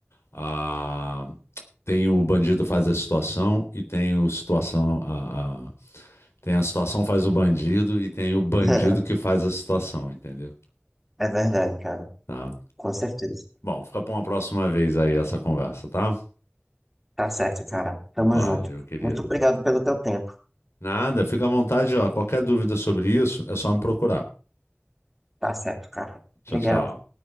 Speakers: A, on the left; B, in the centre.
A: ah, tem o bandido faz a situação e tem o situação a, a- tem a situação faz o bandido e tem o bandido
B: <laughs>
A: que faz a situação, entendeu?
B: É verdade, cara.
A: Tá.
B: Com certeza.
A: Bom, fica para uma próxima vez aí essa conversa, tá?
B: Tá certo, cara. Tamo
A: Valeu,
B: junto.
A: querido.
B: Muito obrigado pelo teu tempo.
A: Nada, fica à vontade, ó. Qualquer dúvida sobre isso, é só me procurar.
B: Tá certo, cara.
A: Tchau,
B: Obrigado.
A: tchau.